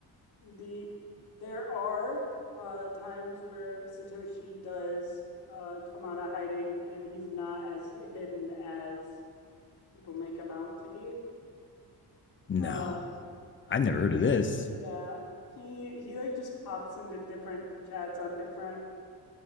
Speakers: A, on the left; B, on the left.
A: The there are uh times where Satoshi does uh come out of hiding and he's not as hidden as people make him out to be.
B: no,
A: Uh
B: I've never heard of this.
A: yeah. He he like just pops into different chats on different